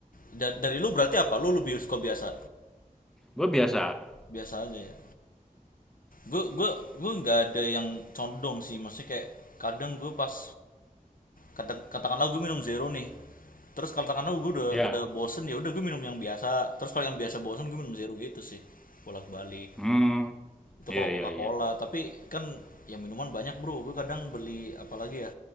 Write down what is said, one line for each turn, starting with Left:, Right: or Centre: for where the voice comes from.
Left: Da- dari lu berarti apa? Lu lebih suka biasa?
Centre: gue biasa.
Left: Biasa aja ya. gue gue gue nggak ada yang condong sih maksudnya kayak kadang gue pas Kata- katakanlah gue minum zero nih terus katakanlah gue udah
Centre: ya
Left: udah bosen ya udah gue minum yang biasa terus kalau yang biasa bosen gue minum zero gitu sih bolak-balik
Centre: hmm
Left: itu
Centre: iya
Left: kalau Coca-Cola
Centre: iya iya.
Left: tapi kan ya minuman banyak bro gue kadang beli apalagi ya